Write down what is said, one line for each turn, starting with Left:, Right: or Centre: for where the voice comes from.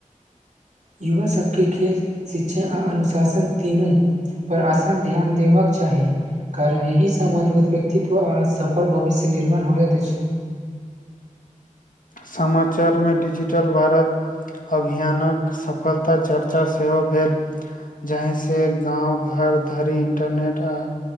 Right: युवासभके खेल शिक्षा आ अनुशासन तीनू पर आसन ध्यान देबऽके चाही कारण एहिसँ मजबूत व्यक्तित्व आ सफल भविष्य निर्माण हो जाइत अछि
Left: समाचारमे डिजिटल भारत अभियानक सफलता चर्चा सेहो भेल जहीसँ गाँव घर धरि इंटरनेट आ